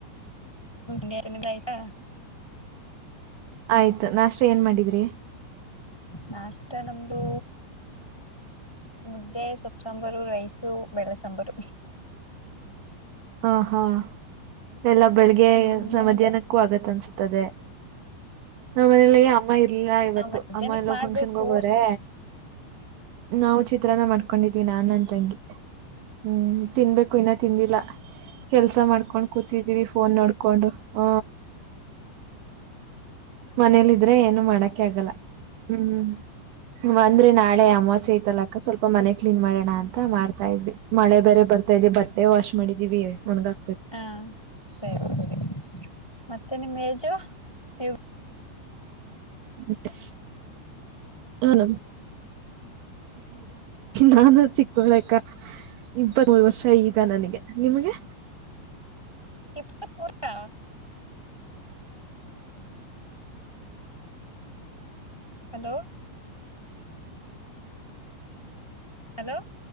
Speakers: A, in the centre; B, on the right.
A: ನಿಮ್ಮದು ಆಯ್ತಾ
B: ಆಯ್ತು ನಾಷ್ಟು ಏನ್ ಮಾಡಿದ್ರಿ
A: ನಾಷ್ಟ ನಮ್ದು ಮುದ್ದೆ ಸೊಪ್ಪ ಸಾಂಬಾರು ರೈಸು ಬೇಳೆ ಸಾಂಬಾರು
B: ಹಾ ಹಾ ಎಲ್ಲ ಬೆಳಿಗ್ಗೆ
A: ಹ್ಮ್ ನಿಮ್ದು
B: ಮಧ್ಯಾಹ್ನಕ್ಕೂ ಆಗತ್ತ ಅನ್ಸುತ್ತೆ ನನ <unintelligible> ಅಮ್ಮ ಇರ್ಲ್ಲಾ ಇವತ್ತು
A: ಮಧ್ಯಾಹ್ನಕ್
B: ಅಮ್ಮ ಎಲ್ಲ
A: ಮಾಡ್ಬೇಕು
B: ಫಂಕ್ಷನ್ಗೆ ಹೋಗೋ್ರೆ ನಾವು ಚಿತ್ರನ ಮಾಡ್ಕೊಂಡಿದ್ವಿ ನಾನ ನನ್ನ ತಂಗಿ ಹ್ಮ್ ತಿನ್ಬೇಕು ಇನ್ನ ತಿಂದಿಲ್ಲ ಕೆಲ್ಸ ಮಾಡ್ಕೊಂಡ್ ಕೂತಿದೀವಿ ಫೋನ್ ನೋಡ್ಕೊಂಡ ೊಂಡು ಹ ಮನೇಲಿ ಇದ್ರೆ ಏನು ಮಾಡಕೆ ಆಗಲ್ಲ ಹ್ಮ್ ಅಂದ್ರೆ ನಾಳೆ ಅಮವಾಸ್ಯೆ ಐತಲಾಕ್ಕ ಸ್ವಲ್ಪ ಮನೆ ಕ್ಲೀನ್ ಮಾಡೋಣ ಅಂತ ಮಾಡ್ತಾ ಇದ್ವಿ ಮಳೆ ಬೇರೆ ಬರ್ತಾ ಇದಿ ಬಟ್ಟೆ ವಾಶ್ ಮಾಡಿದ ವಿ ಹು್ಣದ <unintelligible>
A: ಹಾ ಸರಿ ಸರಿ ಮತ್ತೆ ನಿಮ <unintelligible>
B: ಮತ್ತೆ ಹನ ನಾನು ಚಿಕ್ಕ ಕ ಇಪ್ಪತ್ ಮೂರು ವರ್ಷ ಈಗ ನನಗೆ ನಿಮಗೆ
A: ಇಾ ಹಲೋ ಹಲೋ